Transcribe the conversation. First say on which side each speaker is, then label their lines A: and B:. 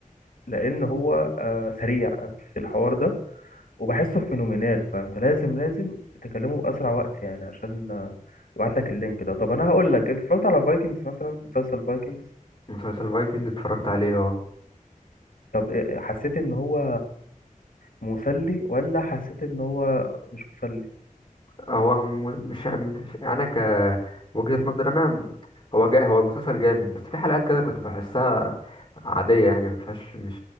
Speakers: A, on the left; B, on the left.
A: لان هو آه سريع في الحوار ده وبحسه فينومينال فانت لازم لازم تكلمه باسرع وقت يعني عشان آه يبعت لك اللينك ده طب انا هقول لك انت اتفرجت على فايكنجز مثلا مسلسل فايكنجز
B: مسلسل فايكنج اتفرجت عليه اه
A: طب إيه- حسيت ان هو مسلي ولا حسيت ان هو مش مسلي
B: هو م- مش مش- انا ك وجهة نظر انا م- هو جا هو مسلسل جامد بس في حلقات كده كنت بحسها عادية يعني ما فيهاش مش